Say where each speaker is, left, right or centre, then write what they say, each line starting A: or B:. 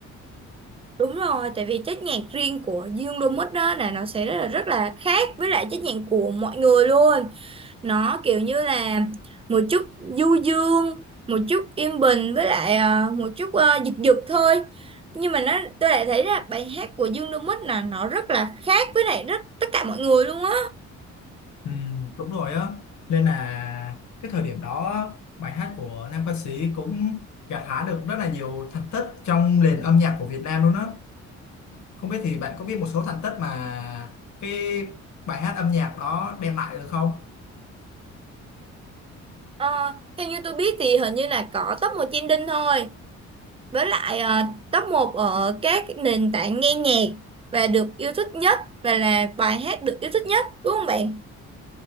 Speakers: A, on the right; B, on the left.
A: Đúng rồi, tại vì chất nhạc riêng của Dương Domus đó là nó sẽ rất là rất là khác với lại chất nhạc của mọi người luôn. Nó kiểu như là một chút du dương, một chút yên bình với lại à, một chút à, giật giật thôi. Nhưng mà nó tôi lại thấy là bài hát của Dương Domus là nó rất là khác với lại rất tất cả mọi người luôn á.
B: Ừ, đúng rồi á nên là cái thời điểm đó bài hát của nam ca sĩ cũng gặt hái được rất là nhiều thành tích trong nền âm nhạc của Việt Nam luôn á không biết thì bạn có biết một số thành tích mà cái bài hát âm nhạc đó đem lại được không
A: Ờ, theo như tôi biết thì hình như là có top một trending thôi. Với lại ờ, top một ở các nền tảng nghe nhạc và được yêu thích nhất và là bài hát được yêu thích nhất đúng không bạn?